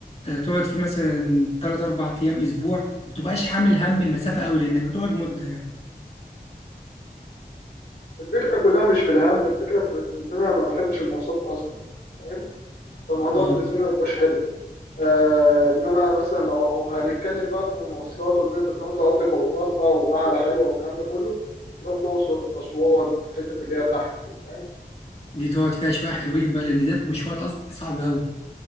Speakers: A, on the left; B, on the left.
A: آه، تقعد فيه مثلا 3 4 ايام اسبوع ما بتبقاش حامل هم المسافه قوي لانك هتقعد مده يعني.
B: الفكره كلها مش في الهم الفكره في في ان انا ما بحبش المواصلات اصلا فاهم فالموضوع
A: اه
B: بالنسبه لي ما بيبقاش حلو آه انما مثلا لو هنتكلم بقى في المواصلات وان انت تروح تقضي خروجات بقى وقعده حلوه والكلام ده كله تروح الاقصر اسوان الحتت اللي هي تحت دي فاهم
A: دي تقعد فيها شويه حلوين بقى لان ده مشوارها اصلا صعب قوي